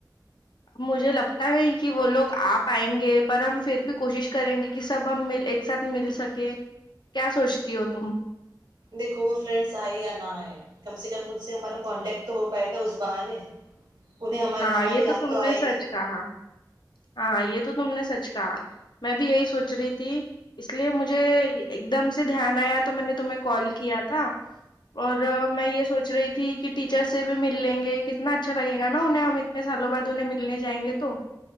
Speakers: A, on the left; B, on the right.
A: مجھے لگتا نہیں کہ وہ لوگ آ پائیں گے پر ہم پھر بھی کوشش کریں گے کہ سب ہم ایک ساتھ مل سکے کیا سوچتی ہو تم
B: دیکھو وہ فرینڈس آئے یا نہ آئے کم سے کم ان سے ہمارا کانٹیکٹ تو ہو پائے گ اس بہانے انہیں ہم
A: ہاں
B: ہماری
A: یہ
B: یاد
A: تم
B: تو
A: نے
B: آئے
A: سچ
B: گی
A: کہا ہاں یہ تو تم نے سچ کہا میں بھی یہی سوچ رہی تھی اس لیے مجھے ایک دم سے دھیان آیا تو میں نے تمہیں کال کیا تھا اور میں یہ سوچ رہی تھی کہ ٹیچر سے بھی مل لیں گے کتنا اچھا لگے گا نا انہیں ہم اتنے سالوں بعد انہیں ملنے جائیں گے تو